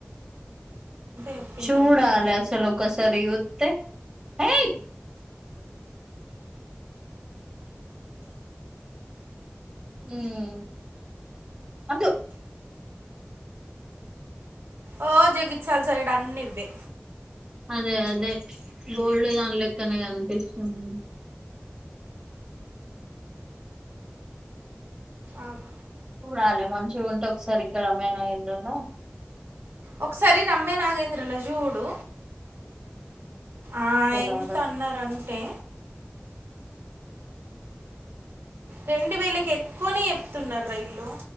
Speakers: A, on the right (about 75°); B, on the right (about 15°).
A: చెప్పిందంటే
B: చూడాలసలు ఒకసారి చూత్తే ఏయ్ మ్మ్ వద్దు
A: ఓ జగిత్యాల సైడ్ అన్ని ఇవ్వే
B: అదే అదే గోల్డ్ దాని లెక్కనే కనిపిస్తుంది
A: ఆగ్
B: పూరాలే మంచ్ టుఉంటే ఒకసారి ఇక్కడ మే <unintelligible>
A: ఒకసారి రమ్మే నాగేంద్రల జూడు ఆ
B: చూడాలి
A: ఎంత అన్నరంటే రెండు వేలకి ఎక్కువనే చెప్తున్నార్ ఈల్లు